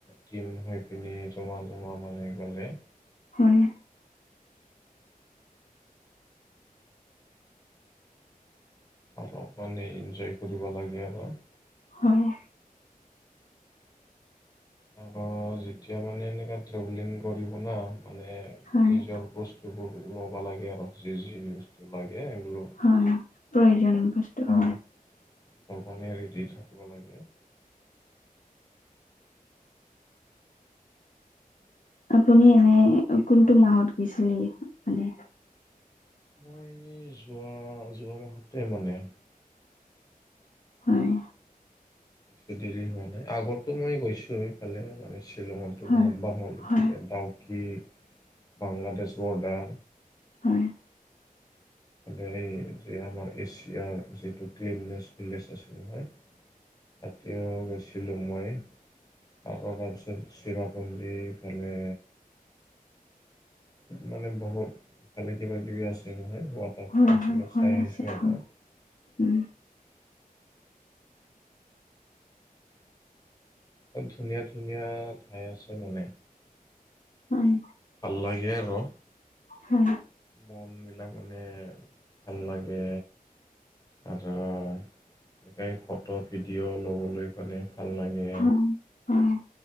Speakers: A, on the left; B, on the left.
A: টিম হৈ পিনে জমা-জমা মানে গ'লে৷
B: হয়৷
A: অলপ মানে এনজয় কৰিব লাগে আৰু৷
B: হয়৷
A: আৰু যেতিয়া মানে এনেকুৱা ট্ৰেভেলিং কৰিব না মানে
B: হয়
A: নিজৰ বস্তুবোৰ ল'ব লাগে আৰু যি-যি বস্তু লাগে সেইবোৰ
B: হয় প্ৰয়োজন বস্তু হয়
A: অ <unintelligible> ৰেডি থাকিব লাগে৷
B: আপুনি এনে কোনটো মাহত গৈছিলে? মানে
A: মই যোৱা-যোৱা মাহতে মানে৷
B: হয়
A: ছ দেৰি হোৱা নাই আগতো মই গৈছোঁ এইফালে মানে শ্বিলঙো
B: হয়
A: বহুত বাৰ গলো
B: হয়
A: আৰু ডাউকি বাংলাদেশ বৰ্ডাৰ৷
B: হয়
A: হেৰি যে আমাৰ এছিয়াৰ যিতু ক্লিননেছ ভিলেজ আছিল নহয় তাতেও গৈছিলোঁ মই৷ আকৌ তাৰপিছত চিৰাপুঞ্জীফালে মানে বহুত ভালে কিবাাকিবি আছে নহয় ৱাটাৰফলচ
B: হয় হয়
A: বিলাক
B: হয়
A: চাই
B: আছে
A: আহিছোঁ আৰু৷
B: হয় উম
A: ধুনীয়া-ধুনীয়া ঠাই আছে মানে
B: হয়।
A: ভাল লাগে আৰু।
B: হয়
A: মনবিলাক মানে ভাল লাগে আৰু এনেকাই ফটো ভিডিঅ' ল'বলৈ মানে ভাল লাগে।
B: হয় হয়